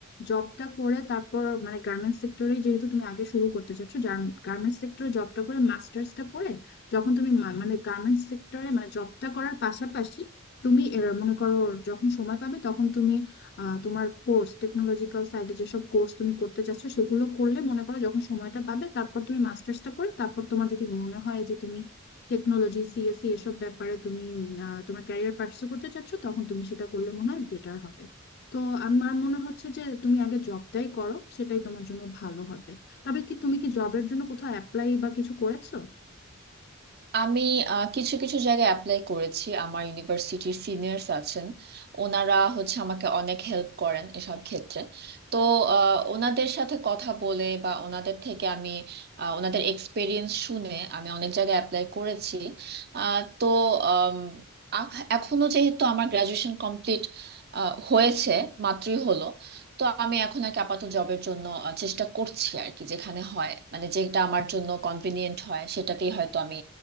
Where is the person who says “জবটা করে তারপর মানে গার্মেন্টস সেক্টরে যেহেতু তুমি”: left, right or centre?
Left